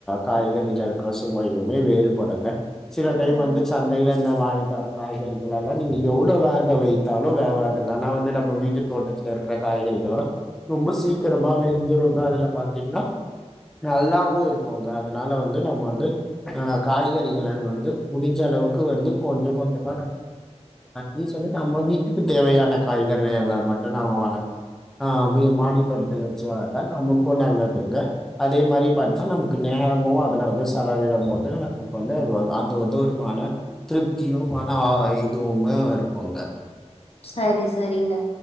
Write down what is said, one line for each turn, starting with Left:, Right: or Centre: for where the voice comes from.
Centre: காய்கறில இருக்குர சு வயோங்க வேறுபடுங்க சில டைம்
Left: ம்
Centre: வந்து சந்தையில இந்த வாங்கிட்டு வர காய்கறி நீங்க எவ்ளோவு வேக வைத்தாலு வேவாதுங்க ஆனா வந்து நம்ம வீட்டு தோட்டத்துல இருக்கற காய்கறிகல்லா ரொம்ப சீக்கிரமா வெந்துருங்க அதெல்லா பாத்தீங்கன்னா நல்லாவு இருக்குங்க அதனால வந்து நம்ம வந்து ஆ காய்கறிக வந்து முடிஞ்ச அளவுக்கு வந்து கொஞ்ச கொஞ்சமா நீ சொ நம்ம வீட்டுக்கு தேவையான காய்கறே மட்டு நாம வளத் ஆ மி மாடித்தோட்டத்துல வச்சு வரட்டா நம்ம கொள்ளதுங்க அதே மாரி பாத்தா நமக்கு நேரமு அதுல வந்து செல துல நமக்கு வந்து அது அந்த வந்து ஒருமான திருப்தியு மன இதுவுமே இருக்குங்க
Left: சரி சரிங்க